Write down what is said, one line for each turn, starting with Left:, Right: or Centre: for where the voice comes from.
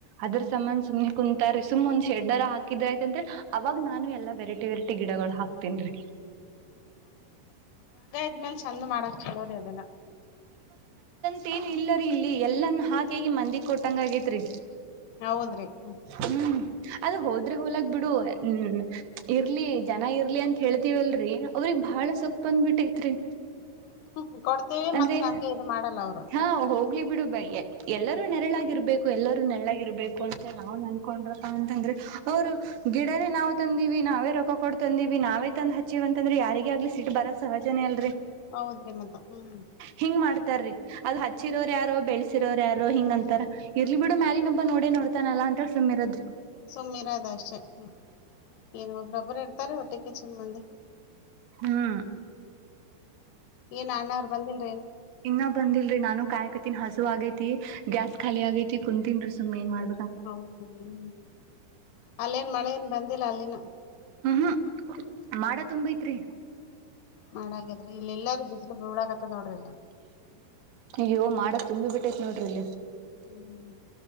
Right: ಅದ್ರ ಸಮನ್ ಸುಮ್ಮನೆ ಕುನ್ ತರಿ ಸುಮ್ ಒಂದ್ ಶೆಡ್ಡರ ಹಾಕಿದ್ರ ಆಯ್ತಂತೆ ಅವಾಗ ನಾನು ಎಲ್ಲ ವೆರೈ ವೆರಟ್ಟಿ ಗಿಡಗಳು ಹಾಕ್ತೀನ್ರೀ.
Left: ಆದ್ಮೇಲ್ ಚಂದ ಮಾಡಕ್ ಚೊಲೋ ರಿ ಅದೆಲ್ಲ.
Right: ಮೇನು ಇಲ್ಲರೀ ಇಲ್ಲಿ ಎಲ್ಲಾನ್ ಹಾಕಗಿ ಮಂದಿಗ್ ಕೊಟ್ಟಂಗ ಆಗೇತ್ರಿ.
Left: ಹೌದ್ರಿ ಹ್ಮ್
Right: ಹ್ಮ್ ಅದು ಹೋದ್ರೆ ಹೋಲಾಗ ಬೀಡು. ಹ್ಮ್ ಇರ್ಲಿ ಜನ ಇರ್ಲಿ ಅಂತ ಹೇಳ್ತಿವಲ್ರಿ ಅವ್ರಿಗ್ ಬಾಳ ಸೊಕ್ ಬಂದ್ಬಿಟ್ಟೈತ್ರಿ.
Left: <unintelligible>
Right: ಅಂದ್ರೆ
Left: ಮತ್ತ ನಮ್ಗೆ ಇದು ಮಾಡಲ್ಲ ಅವ್ರು
Right: ಹಾ ಹೋಗ್ಲಿ ಬಿಡು ಬೈ ಎ ಎಲ್ಲರೂ ನೆರಳಾಗಿರ್ಬೇಕು ಎಲ್ಲರೂ ನೆರಳಾಗಿರ್ಬೇಕು ಅಂತೆಳ್ ನಾವು ನನ್ಕೊಂಡ್ರಪ್ಪ ಅಂತಂದ್ರಿ ಅವ್ರು ಗಿಡನೆ ನಾವು ತಂದಿವಿ ನಾವೇ ರೊಕ ಕೊಟ್ಟ್ ತಂದಿವಿ ನಾವೇ ತಂದು ಹಚ್ಚಿವ ಅಂತಂದ್ರೆ ಯಾರಿಗೆ ಆಗ್ಲಿ ಸಿಟ್ ಬರೋದ್ ಸಹಜನೇ ಅಲ್ರಿ.
Left: ಹೌದ್ರಿ ಮತ್ತ. ಹ್ಮ್
Right: ಹಿಂಗ್ ಮಾಡ್ತಾರಿ. ಅದು ಹಚ್ಚಿರೋರು ಯಾರೋ ಬೆಳೆಸಿರೋರು ಯಾರೋ ಹಿಂಗ ಅಂತಾರ ಇರ್ಲಿ ಬಿಡು ಮ್ಯಾಲಿನೊಬ್ಬ ನೋಡೇ ನೋಡ್ತಾನಲ್ಲ ಅಂತ ಹೇಳಿ ಸುಮ್ಮಿರೋದ್ರಿ.
Left: ಸುಮ್ಮಿರಾದ ಅಷ್ಟೆ ಹ್ಮ ಏನು ಒಬ್ರೊಬ್ಬರು ಇರ್ತಾರೆ ಹೊಟ್ ಮಟ್ಟಕ್ಕೆ ಚಂದ ಮಂದಿ.
Right: ಹ್ಮ್
Left: ಏನು ಅಣ್ಣ ಅವ್ರು ಬಂದಿಲ್
Right: ಇನ್ನ ಬಂದಿಲ್ರಿ ನಾನು ಕಾಯಕ ತಿನ್ ಹಸು ಆಗೈತಿ. ಗ್ಯಾಸ್ ಖಾಲಿ ಆಗೈತಿ ಕುಂತಿನ್ರಿ ಸುಮ್ ಎನ್ ಮಾಡ್
Left: ಹೌದ್ಮ ಅಲ್ಲೇನ್ ಮಳೆನ್ ಬಂದಿಲ್ಲ ಅಲ್ಲಿನು,
Right: ಹ್ಮ್ ಹ್ಮ್ ಮಾಡ ತುಂಬೈತ್ರಿ.
Left: ಮಾಡಗ್ಯಾದ್ರಿ ಇಲ್ಲ ಎಲ್ಲಾರೂ ಬಿಸ್ಲು ಬಳಕತ್ತದ್ ನೋಡ್ರಿ ಇಲ್ಲ.
Right: ಯೋ ಮಾಡಕ್ ತುಂಬಿ ಬಿಟ್ಟೈತ್ ನೋಡ್ರಿ ಇಲ್ಲಿ.
Left: ಹ್ಮ್ ಹ್ಮ್